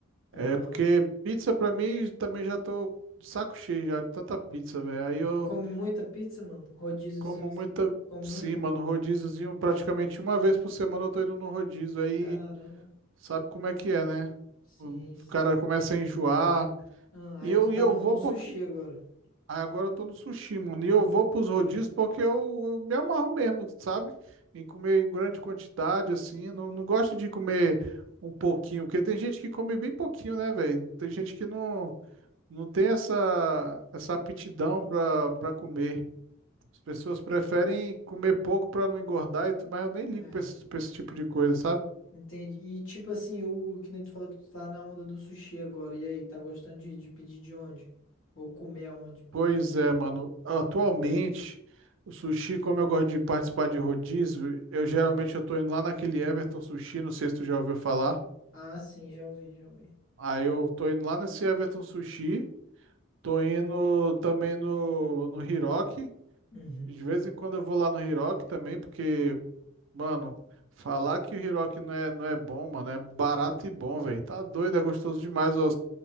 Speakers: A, on the right; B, on the left.
A: É,
B: aham.
A: porque pizza pra mim também já tô de saco cheio já de tanta pizza, velho. Aí eu
B: Come muita pizza, mano? Rodíziozinho.
A: como
B: assim.
A: muita.
B: Come
A: Sim,
B: muita?
A: mano, rodíziozinho praticamente uma vez por semana eu tô indo no rodízio. Aí.
B: Caramba.
A: Sabe como é que é, né?
B: Sim,
A: O
B: sim.
A: cara começa a enjoar.
B: Ah,
A: E
B: aí
A: eu,
B: tu tá
A: e eu
B: no,
A: vou
B: no
A: porque.
B: sushi agora.
A: Ah, Agora eu tô no sushi, mano. E eu vou pros rodízios porque eu, eu me amarro mesmo, sabe? Em comer em grande quantidade, assim. Não, não gosto de comer um pouquinho, porque tem gente que come bem pouquinho, né, velho? Tem gente que não, não tem essa, essa aptidão pra, pra comer. As pessoas preferem comer pouco pra não engordar, e tudo, mas eu nem ligo
B: É.
A: pra esse, pra esse tipo de coisa, sabe?
B: Entendi. E tipo assim, o que nem tu falou que tu tá na onda do sushi agora. E aí, tá gostando de, de pedir de onde? Ou comer aonde?
A: Pois é, mano. Atualmente, o sushi, como eu gosto de participar de rodízio, eu geralmente eu tô indo lá naquele Everton Sushi, não sei se tu já ouviu falar.
B: Ah, sim, já ouvi, já ouvi.
A: Aí eu tô indo lá nesse Everton Sushi, tô indo também no, no Hiroki.
B: Uhum.
A: De vez em quando eu vou lá no Hiroki também, porque, mano, falar que o Hiroki não é, não é bom, mano, é barato e bom, velho. Tá doido, é gostoso demais o,